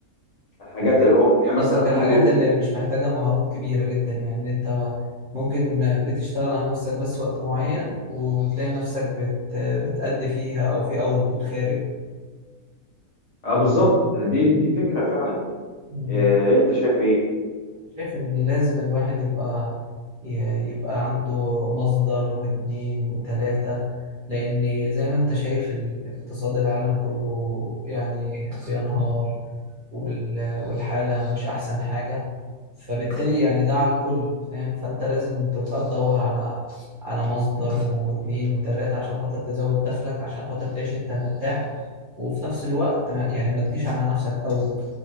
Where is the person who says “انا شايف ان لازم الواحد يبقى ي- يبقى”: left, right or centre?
Right